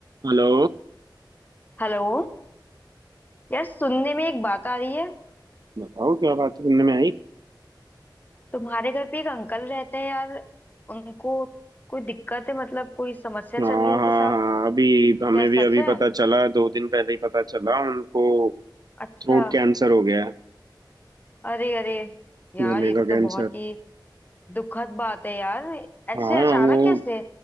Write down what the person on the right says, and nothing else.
Hello
बताओ क्या बात सुनने में आई
हाँ
हाँ
हाँ अभी हमें
भी अभी
पता चला दो दिन पहले ही पता चला उनको
थ्रोट कैंसर हो गया है
गले
का
कैंसर
हाँ
वो